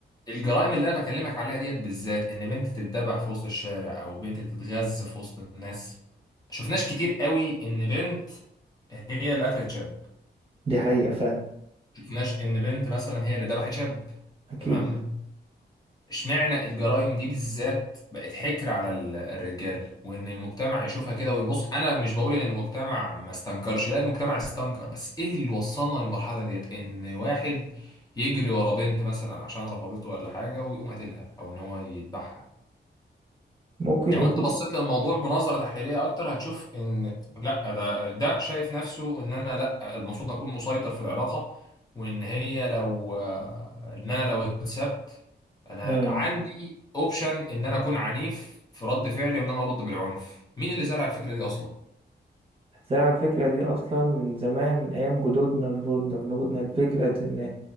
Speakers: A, on the left; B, on the right.
A: الجرائم اللي انا بكلمك عليها ديت بالذات ان بنت تتذبح في وسط الشارع او بنت تتغز في وسط الناس شفناش كتير قوي ان بنت هي اللي قتلت شاب
B: دي حقيقة فعلا
A: شفناش ان بنت مثلا هي اللي ذبحت شاب
B: اكيد
A: تمام اشمعنى الجرائم دي بالذات بقت حكر على ال- الرجال وان المجتمع يشوفها كده ويبص انا مش بقول ان المجتمع ما استنكرش لا المجتمع استنكر بس ايه اللي وصلنا للمرحلة ديت ان واحد يجري ورا بنت مثلا عشان رفضته ولا حاجة ويقوم قاتلها او ان هو يذبحها
B: ممكن
A: يعني
B: يكون
A: لو انت بصيت للموضوع بنظره تحليليه اكتر هتشوف ان لا ده ده شايف نفسه ان انا لا المفروض اكون مسيطر في العلاقه وان هي لو ان انا لو اتسبت انا
B: امم
A: عندي اوبشن ان انا اكون عنيف في رد فعلي وان انا ارد بالعنف مين اللي زرع الفكره دي اصلا
B: زرع الفكرة دي اصلا من زمان من ايام جدودنا جدودنا جدودنا الفكرة ان